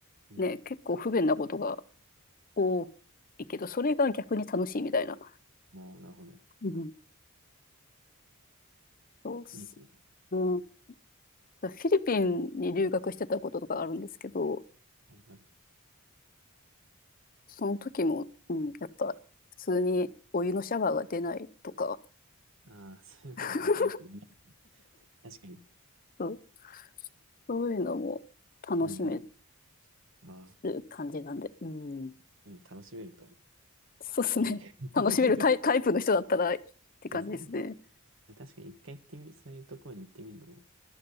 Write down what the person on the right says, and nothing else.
い。うん。
もう、なるほど。
いいですね。
はいはい。
ああ、そういうのなんかよく言いますね。
確かに。
うんうん。ああ、
うん、楽しめると
いいね。<laughs>
そうですね。確かに一回行ってみ、そういうところに行ってみるのも